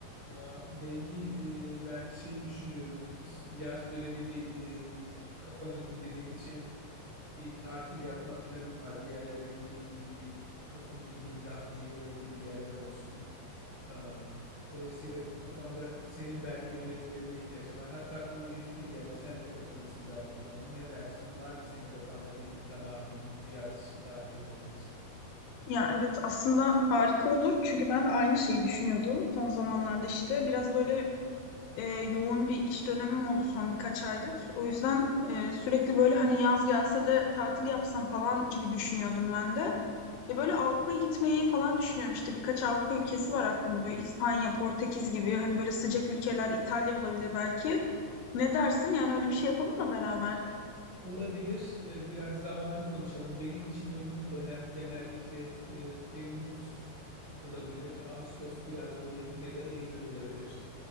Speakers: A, on the right; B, on the left.
A: Ya Bengi e, ben şeyi düşünüyorum yaz dönemi bir e, bir kafamı dinlemek için bir tatil yapma planım var. Bir yerlere gideyim, bir kafamı dinleyeyim. Daha önce görmediğim bir yerler olsun. Ee, Dolayısıyla bu kafamda senin belki önerilerine ihtiyacım var. Hatta aklıma bir fikir geldi. Sen de katılırsın belki bana. Ne dersin? Var mı senin kafanda bir zamanın bu yaz için tatil yapabileceğin?
B: Ya evet aslında harika olur çünkü ben de aynı şeyi düşünüyordum son zamanlarda işte biraz böyle e, yoğun bir iş dönemim oldu son birkaç aydır o yüzden e, sürekli böyle hani yaz gelse de tatil yapsam falan gibi düşünüyordum ben de ve böyle Avrupa'ya gitmeyi falan düşünüyorum işte birkaç Avrupa ülkesi var aklımda böyle İspanya, Portekiz gibi hani böyle sıcak ülkeler İtalya olabilir belki ne dersin yani öyle bir şey yapalım mı beraber?
A: Olabilir. Ee, Biraz zamanı konuşalım. Benim için uygun dönem genellikle e, Temmuz olabilir. Ağustos biraz doluyum ya da Eylül olabilir.